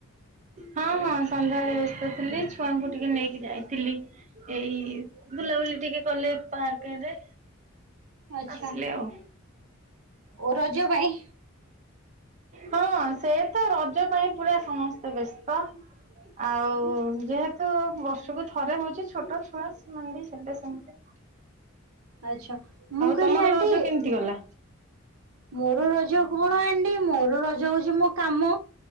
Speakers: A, on the right; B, on the right.
A: ହଁ ହଁ ସନ୍ଧ୍ୟାବେଳେ ବ୍ୟସ୍ତ ଥିଲି ଛୁଆଙ୍କୁ ଟିକେ ନେଇକି ଯାଇଥିଲି ଏଇ ବୁଲାବୁଲି ଟିକେ କଲେ ପାର୍କରେ
B: ଆଚ୍ଛା
A: ଆସିଲେ ଆଉ
B: ଓ ରଜ ପାଇଁ
A: ହଁ ସେ ତ ରଜ ପାଇଁ ପୁରା ସମସ୍ତେ ବ୍ୟସ୍ତ ଆଉ ଯେହେତୁ ତ ବର୍ଷକୁ ଥରେ ହଉଛି ଛୋଟ ଛୋଟ ମନ୍ଦି ସେବେେ ସେମତି
B: ଆଛା ମୁଁ କହିଲି
A: ତମର
B: ଆଣ୍ଟି
A: ରଜ କେମିତି ଗଲା?
B: ମୋର ରଜ କଣ ଆଣ୍ଟି ମୋର ରଜ ହଉଛି ମୋ କାମ